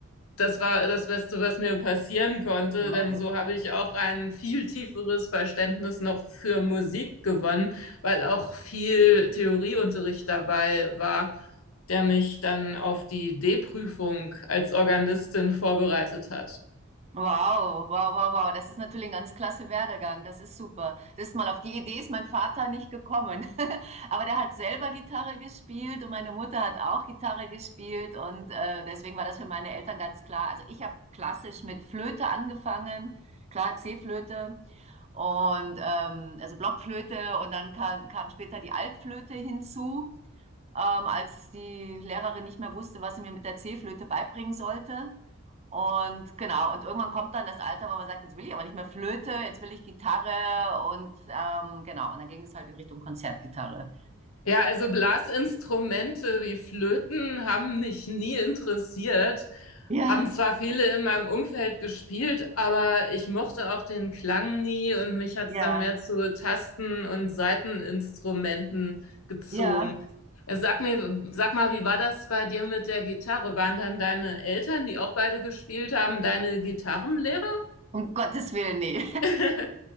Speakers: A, on the left; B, on the right.
A: das war das Beste, was mir passieren konnte,
B: Toll.
A: denn so habe ich auch ein viel tieferes Verständnis noch für Musik gewonnen, weil auch viel Theorieunterricht dabei war, der mich dann auf die D-Prüfung als Organistin vorbereitet hat.
B: Wow, wow, wow, wow. Das ist natürlich ein ganz klasse Werdegang. Das ist super. Das ist mal auf die Idee ist mein Vater nicht gekommen. <laughs> Aber der hat selber Gitarre gespielt und meine Mutter hat auch Gitarre gespielt. Und äh, deswegen war das für meine Eltern ganz klar. Also ich habe klassisch mit Flöte angefangen. Klar, C-Flöte. Und ähm, also Blockflöte. Und dann kam, kam später die Altflöte hinzu, ähm, als die Lehrerin nicht mehr wusste, was sie mir mit der C-Flöte beibringen sollte. Und genau, und irgendwann kommt dann das Alter, wo man sagt, jetzt will ich aber nicht mehr Flöte, jetzt will ich Gitarre und ähm, genau, und dann ging es halt in Richtung Konzertgitarre.
A: Ja, also Blasinstrumente wie Flöten haben mich nie interessiert,
B: Ja,
A: haben zwar viele in meinem Umfeld gespielt, aber ich mochte auch den Klang nie und mich hat's
B: ja,
A: dann mehr zu Tasten- und Saiteninstrumenten gezogen.
B: ja.
A: Äh, Sag mir, sag mal, wie war das bei dir mit der Gitarre? Waren dann deine Eltern, die auch beide gespielt haben, deine Gitarrenlehrer?
B: Um Gottes Willen, nee.
A: <laughs>